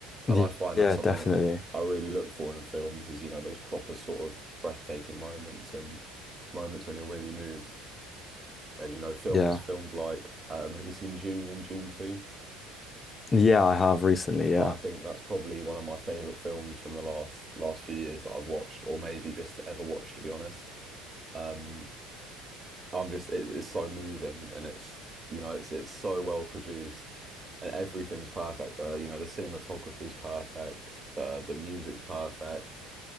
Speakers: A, on the right; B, on the left.
A: and
B: Y-
A: I find
B: Yeah,
A: that's something
B: definitely.
A: I really look for in films is you know those proper sort of breathtaking moments and moments when you're really moved. And you know, films
B: Yeah.
A: films like um, have you seen June and June 2?
B: Yeah, I have recently. Yeah.
A: I think that's probably one of my favorite films from the last last few years that I've watched, or maybe just ever watched, to be honest. Um, I'm just it, it's so moving and it's you know it's it's so well produced and everything's perfect. The you know the cinematography's perfect. The the music's perfect.